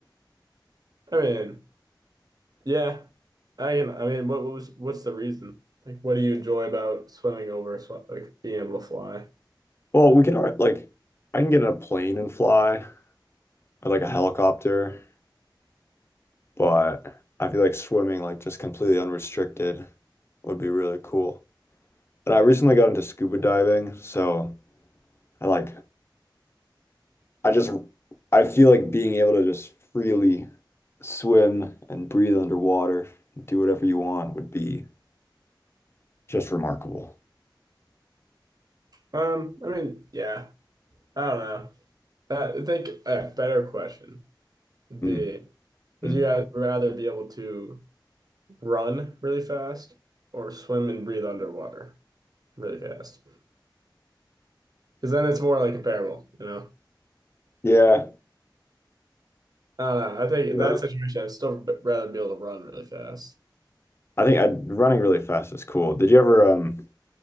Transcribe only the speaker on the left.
Well, we can alri- like I can get in a plane and fly, or like a helicopter, but I feel like swimming, like just completely unrestricted, would be really cool. And I recently got into scuba diving, so I like I just I feel like being able to just freely swim and breathe underwater, do whatever you want, would be just remarkable.
Mm,
mm.
Yeah.
That-
I think I running really fast is cool. Did you ever um do